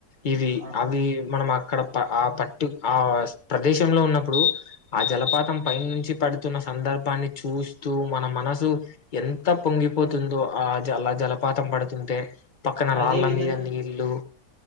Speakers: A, on the left (about 35°); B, on the right (about 80°).
A: ఇది
B: ఆ
A: అది మనం అక్కడ ప ఆ పట్టు ఆ ప్రదేశంలో ఉన్నప్పుడు ఆ జలపాతం పై నుంచి పడు న్న సందర్భాన్ని చూస్తూ మన మనసు ఎంత పొంగిపోతుందో ఆ జల్లా జలపాతం పడుతుంటే పక్కన రాళ్ళ
B: అదే విధంగా
A: మీద నీళ్ళలు